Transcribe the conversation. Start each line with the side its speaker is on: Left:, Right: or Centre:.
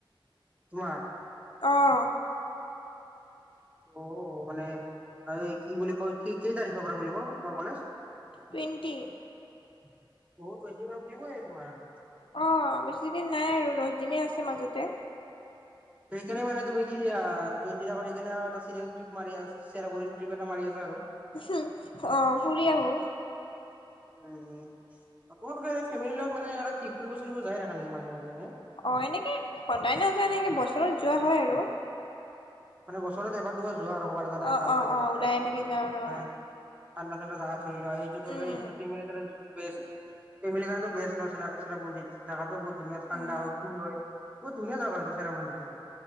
Right: তোমাৰ
Left: অ'।
Right: অ' মানে আৰু এই কি বুলি কয়, কি- কেই তাৰিখৰ পৰা খুলিব তোমাৰ কলেজ?
Left: টুৱেণ্টি।
Right: অ' টুৱেণ্টিৰ পৰা খুলিবই তোমাৰ আৰু।
Left: অ' বেছিদিন নাই আৰু। দশ দিনে আছে মাজতে।
Right: সেইকাৰণে মানে তুমি কি আ- তিনদিনৰ আগত সেইকাৰণে আৰু এটা শ্বিলং ট্ৰিপ মাৰি আছ চেৰাপৰিং ট্ৰিপ এটা মাৰি আছা আৰু।
Left: হঁ, অ' ফুৰি আহোঁ।
Right: উম, আপোনালোকে ফেমিলিৰ লগত মানে এনেকা কি, ফুৰিব - চুৰিব যায় থাকা নেকি, মাজে - মাজে এনে?
Left: অ' এনেকে সদায় নাযাওঁ। এনেকে বছৰত যোৱা হয় আৰু।
Right: মানে বছৰত এবাৰ-দুবাৰ যোৱা আৰু, কবাত এটা এনেকা
Left: অ
Right: ভাল
Left: অ
Right: চাই জেগা
Left: অ
Right: এটাত,
Left: ওলাই এনেকে যাওঁ আৰু
Right: মানে। ঠাণ্ডা - ঠাণ্ডা জাগা ধৰি লোৱা, এইটো ধৰি
Left: উম
Right: লোৱা এতিয়াতো <unintelligible> বেষ্ট। ফেমিলিৰ কাৰণেতো বেষ্ট ন', চেৰ- চেৰাপুঞ্জিত। জাগাটো বহুত ধুনীয়া, ঠাণ্ডা
Left: উম
Right: হয়, কুল হয়। বহু ধুনীয়া জাগা হয়তো চেৰাপুঞ্জীটোতো।